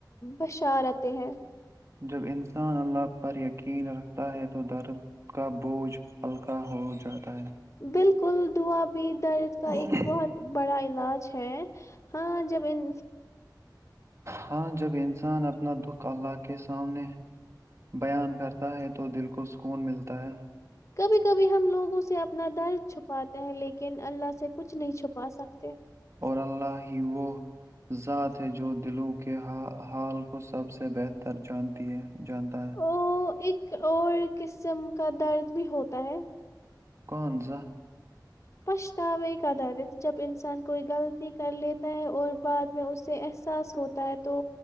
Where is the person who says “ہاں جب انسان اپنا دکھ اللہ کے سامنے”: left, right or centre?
Right